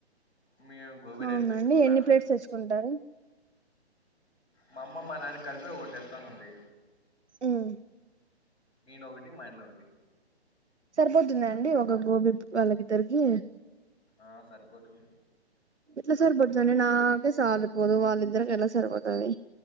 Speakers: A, on the left; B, on the right.
A: మీ గోబి
B: అవునండి
A: రైస్ తెచ్చుకుంటాను.
B: ఎన్ని ప్లేట్స్ తెచ్చుకుంటారు
A: మా అమ్మ మా నాన్నకి కలిపి ఒకటి తెస్తానండి.
B: మ్మ్
A: నేను ఒకటి మాయన్న ఒకటి.
B: సరిపోతుంద అండి ఒక గోబీ వాళ్ళకిద్దరికి.
A: ఆ సరిపోతుంది.
B: ఎట్లా సరిపోతది నాకే సారిపోదు వాళ్ళిద్దరికి ఎలా సరిపోతాది.